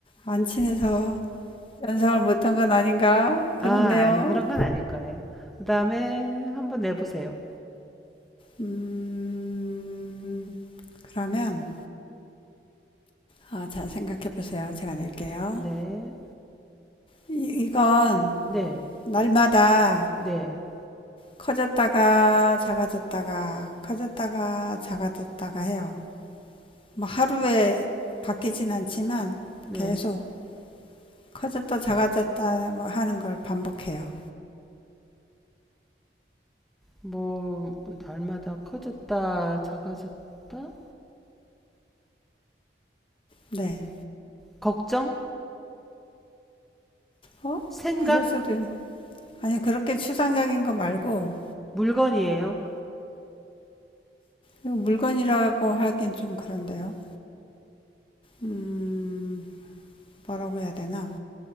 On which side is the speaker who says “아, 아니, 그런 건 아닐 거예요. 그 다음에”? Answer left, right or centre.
Centre